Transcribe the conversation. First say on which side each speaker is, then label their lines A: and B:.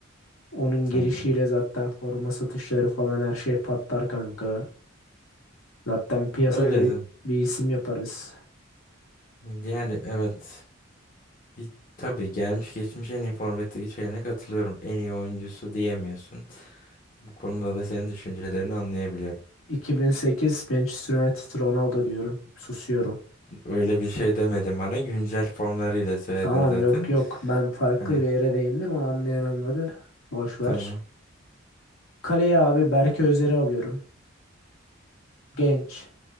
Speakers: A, on the left (about 85°); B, on the left (about 40°).
A: Onun
B: Tamam.
A: gelişiyle zaten forma satışları falan her şey patlar kanka. Zaten piyasada
B: Öyle
A: bir,
B: de.
A: bir isim yaparız.
B: Yani evet. Bir, tabii gelmiş geçmiş en iyi forvetteki şeyine katılıyorum. En iyi oyuncusu diyemiyorsun. Bu konuda da senin düşüncelerini anlayabiliyorum.
A: 2008 Manchester United Ronaldo diyorum. Susuyorum.
B: Öyle bir şey demedim bana. Güncel formlarıyla söyledin
A: Tamam
B: zaten.
A: yok yok ben farklı
B: Ha,
A: bir yere değindim o anlayan anladı. Boş ver.
B: tamam.
A: Kaleye abi Berke Özer'i alıyorum. Genç.